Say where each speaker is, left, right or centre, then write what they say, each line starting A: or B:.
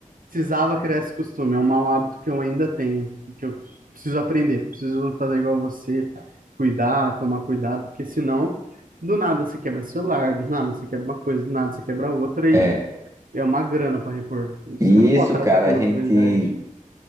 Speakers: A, on the right; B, on the right.
A: precisava criar esse costume, é um mau hábito que eu ainda tenho e que eu preciso aprender. Preciso fazer igual você, cuidar, tomar cuidado, porque senão do nada você quebra celular, do nada você quebra uma coisa, do nada você quebra outra e
B: É.
A: É uma grana para repor. Você
B: E
A: não pode
B: isso,
A: tratar
B: cara,
A: com
B: a
A: naturalidade.
B: gente